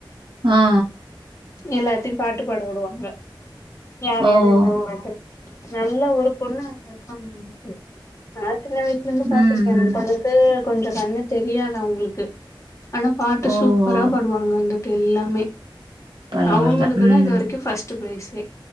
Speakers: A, on the right; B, on the left.
A: ஆ
B: எல்லார் தி பாட்டு பாட வுடுவாங்க யார்
A: ஆ
B: யாரு
A: ஓ
B: என்ன என்ன பாட்டு நல்லா ஒரு பொண்ணு அ இருப்பாங்க வந்துட்டு சின்ன வயசுல இருந்து
A: ம்
B: பாத்திருக்கேன் அந்த
A: ம்
B: பொண்ணுக்கு கொஞ்சோ கண்ணு தெரியாது அவுங்களுக்கு ஆனா பாட்டு
A: ஓ
B: சூப்பரா
A: ஓ
B: பாடுவாங்க வந்துட்டு எல்லாமே
A: பரவால்ல
B: அவுங்களுக்குதா
A: ம்
B: இது வரைக்கும் ஃபஸ்ட் ப்ரைஸ்ஸே